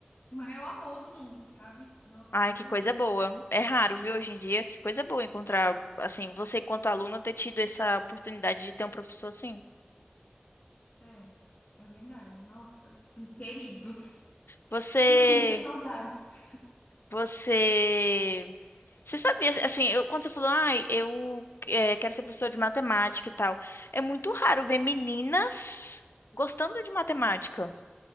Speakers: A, on the left; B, on the left.
A: o maior amor do mundo, sabe? Nossa,
B: Ai,
A: ele era
B: que coisa boa. É raro,
A: incrível.
B: viu, hoje em dia? Que coisa boa encontrar, assim, você enquanto aluna ter tido essa oportunidade de ter um professor assim.
A: É, é verdade. Nossa, um querido.
B: Você,
A: Tenho muitas saudades.
B: você Você sabia, assim, eu, quando você falou, ai, eu é, quero ser professora de matemática e tal, é muito raro ver meninas gostando de matemática.